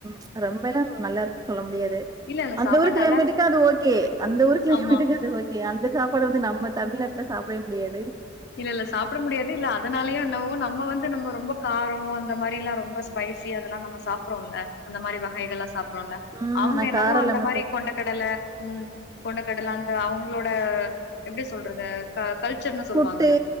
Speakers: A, on the right (about 20°); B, on the left (about 60°).
A: ச் ரொம்பல்லா நல்லா இருக்குனு சொல்ல முடியாது
B: இல்ல இல்ல
A: அந்த
B: சாப்பாடு
A: ஊரு கிளைமேட்டுக்கு
B: நல்லா
A: அது ஓகே அந்த ஊரு கிளைமேட்டுக்கு
B: ஆமா
A: அது ஓகே அந்த சாப்பாடு வந்து நம்ம நம்ம தமிழ்நாட்டுல சாப்பிடவே முடியாது
B: இல்ல இல்ல சாப்பிட முடியாது இல்ல அதனாலயோ என்னவோ நம்ம வந்து நம்ம ரொம்ப காரோ அந்த மாரில ரொம்ப ஸ்பைசி அதெல்லா நம்ம சாப்றோல அந்த மாரி வகைகள்ல்லா சாப் அப்ரோல
A: ம்
B: அவங்க
A: நான்
B: என்னவோ
A: காரம் இல்லாம
B: அந்த மாரி
A: சாப்
B: கொண்ட கடல உம் கொண்டை கடல அந்து அவங்களோட எப்படி சொல்றது க கல்ச்சர் தருவாங்கல
A: புட்டு